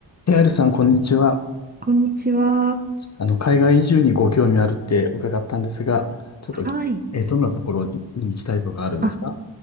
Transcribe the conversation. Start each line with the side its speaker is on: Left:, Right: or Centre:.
Left: ケーアールさん、こんにちは。
Right: こんにちは。
Left: あの、海外移住にご興味あるって伺ったんですが、ちょっと、
Right: はい。
Left: えー、どんなところに行きたいとかあるんですか
Right: あ、